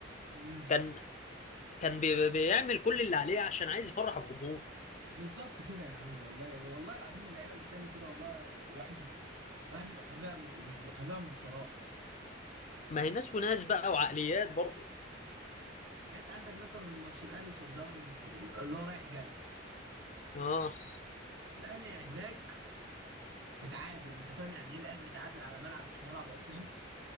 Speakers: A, on the right; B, on the left.
A: مم.
B: كان كان بي- بيعمل كل اللي عليه عشان عايز يفرح الجمهور
A: بالظبط كده يا عم والله والله العظيم اللعيبة اللي بتعمل كده والله الواحد الواحد بيبقى حبيبها مش بيبقى حبيبها من فراغ
B: ما هي ناس وناس بقى وعقليات برضو
A: يعني انت عندك مثلا ماتش الاهلي وصن داونز اللي هو رايح جاي
B: اه
A: الاهلي هناك اتعادل انت فاهم يعني ايه الاهلي يتعادل على ملعب مش ملعبه اصلا